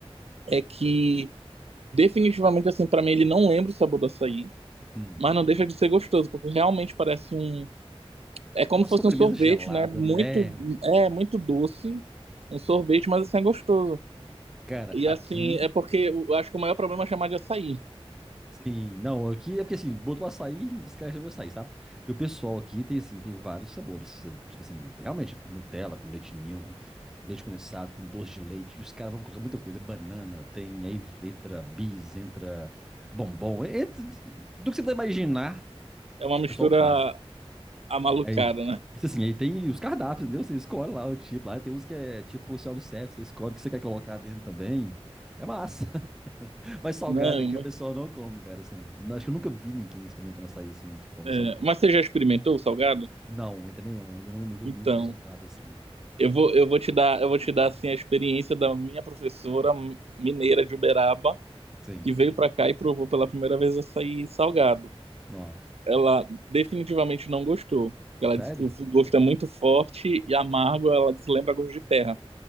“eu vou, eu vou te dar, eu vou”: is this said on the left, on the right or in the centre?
Right